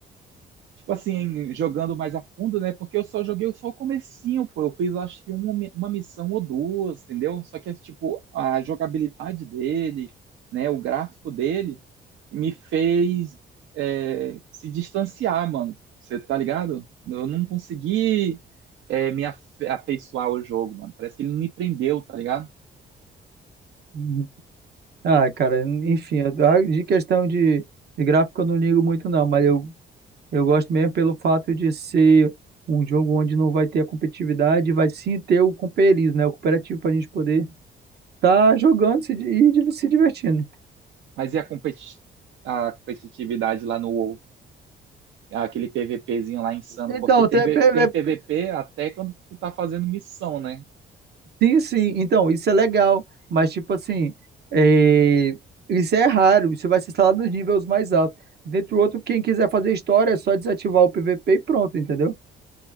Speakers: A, on the right; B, on the right.
A: tipo assim, jogando mais a fundo, né? Porque eu só joguei só o comecinho, pô. Eu fiz, eu acho que uma, mi- uma missão ou duas, entendeu? Só que, é, tipo, a jogabilidade dele, né? O gráfico dele me fez é, se distanciar, mano. Você tá ligado? Eu não consegui é, me afe- afeiçoar ao jogo, mano. Parece que ele não me prendeu, tá ligado?
B: Uhum. Ah, cara, enfim, eu- ah, de questão de, de gráfico eu não ligo muito não, mas eu Eu gosto mesmo pelo fato de ser um jogo onde não vai ter a competitividade, vai sim ter o companheirismo, né? O cooperativo para a gente poder estar jogando se di- e di- se divertindo.
A: Mas e a, competi- a competitividade lá no WoW? Aquele PVPzinho lá insano,
B: Então,
A: porque tem,
B: tem-
A: V-
B: é-
A: tem
B: é-
A: PVP até quando tu tá fazendo missão, né?
B: sim, sim. Então, isso é legal, mas tipo assim, é, isso é raro. Isso vai ser instalado nos níveis mais altos. Dentro do outro, quem quiser fazer história é só desativar o PVP e pronto, entendeu?